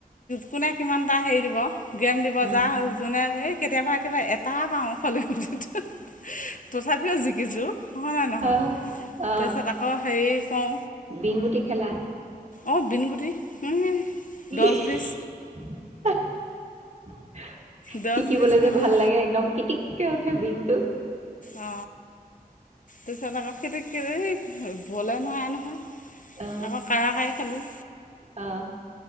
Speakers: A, on the left; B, on the right.
A: কোনে কিমানটা হেই দিব গেম দিব
B: অ
A: যা যোনেকেই কেতিয়াবা একেবাৰে এটা পাওঁ। খলি গুটিটো, তথাপিও জিকিছোঁ। হয় নে নহয়?
B: অ অ
A: তাৰপিছত আ অ হেই কও
B: বিংগুটি খেলা?
A: অ বিনগুটি <unintelligible> দছ,
B: ই
A: বিছ
B: <unintelligible>
A: দহ
B: টিকিবলে
A: বিছ খেলোঁ
B: যে ভাল লাগে একদম কিটিককে উঠে বিনটো।
A: অ, তাৰপাছত আকৌ সেইটো <unintelligible> বলে নোৱাৰে নহয়। আকৌ
B: অ
A: কাৰা কাৰি খেলোঁ।
B: অ।